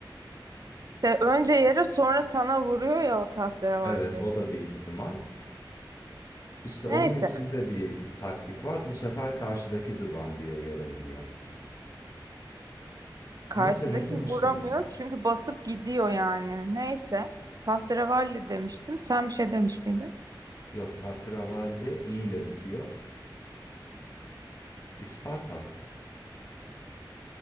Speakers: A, on the right; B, on the left.
A: De önce yere sonra sana vuruyor ya o tahterevalli.
B: Evet o da bir ihtimal. İşte
A: Neyse.
B: onun içinde bir taktik var. Bu sefer karşıdaki zıbam diye yere vuruyor.
A: Karşıdaki
B: Neyse ne demiştim?
A: vuramıyor çünkü basıp gidiyor yani. Neyse. Tahterevalli demiştim. Sen bir şey demiş miydin?
B: Yok Tahterevalli i ile bitiyor. İsparta,